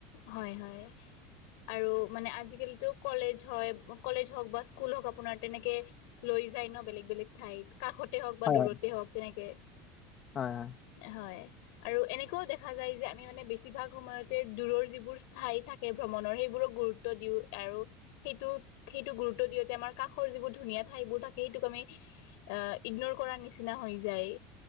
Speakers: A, on the left (about 70°); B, on the left (about 25°).
A: হয়, হয়। আৰু মানে আজিকালিটো কলেজ হয়, কলেজ হওক বা স্কুল হওক আপোনাৰ তেনেকে লৈ যায় ন' বেলেগ বেলেগ ঠাইত। কাষতে হওক বা
B: হয়
A: দূৰতে
B: হয়
A: হওক তেনেকে।
B: হয় হয়
A: হয় আৰু অনেকুৱাও দেখা যায় যে আমি মানে বেছিভাগ সময়তে দূৰৰ যিবোৰ স্থাই থাকে ভ্ৰমণৰ সেইবোৰক গুৰুত্ব দিওঁ আৰু সেইটোত সেইটো গুৰুত্ব দিওঁতে আমাৰ কাষৰ যিবোৰ ধুনীয়া ঠাইবোৰ থাকে সেইটোক আমি আঁ, ইগ্নৰ কৰাৰ নিচিনা হৈ যায়